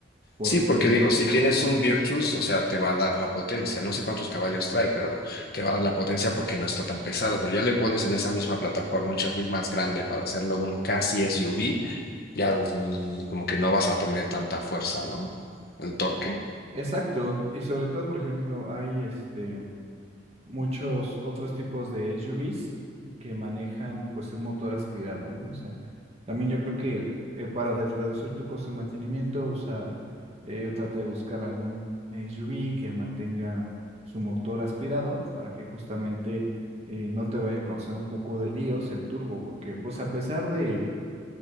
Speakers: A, on the right; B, on the left.
A: porque,
B: Sí, porque digo, si tienes un Virtus, o sea, te va a dar la potencia. No sé cuántos caballos trae, pero te va a dar la potencia porque no está tan pesado. Pero ya le pones en esa misma plataforma un chasis más grande para hacerlo un casi SUV, ya mm, como que no vas a tener tanta fuerza, ¿no? El torque.
A: exacto, y sobre todo, por ejemplo, hay este, muchos otros tipos de SUVs que manejan pues un motor aspirado, ¿no? O sea, también yo creo que eh, para de- reducir tu costo de mantenimiento, usa, eh, trata de buscar algún SUV que mantenga su motor aspirado para que justamente eh, no te vaya a causar un poco de líos el turbo, porque pues a pesar de